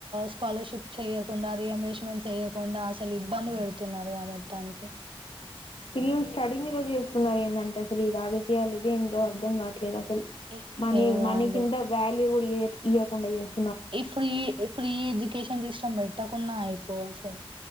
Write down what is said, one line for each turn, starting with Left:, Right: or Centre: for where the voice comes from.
Right: స్కాలర్షిప్ చెయ్యకుండా రియంబేస్మెంట్ చెయ్యకుండా అసలు ఇబ్బంది పెడుతున్నారుగా ఇగ మొత్తానికి
Left: పిల్లలు స్టడీ మీద జేస్తున్నారు ఏందంటే అసలు ఈ రాజకీయాలు ఇదే ఏందో అర్థం కాట్లేదు అసలు
Right: ఏ
Left: మనీ
Right: ఏమో
Left: మనీ
Right: అండి
Left: కింద వ్యాల్యూ కూడా ఇయ్యకుండా చేస్తు
Right: ఈ ఫ్రీ ఫ్రీ ఎడ్యుకేషన్ సిస్టమ్ పెట్టకున్నా అయిపోవ్ అసలు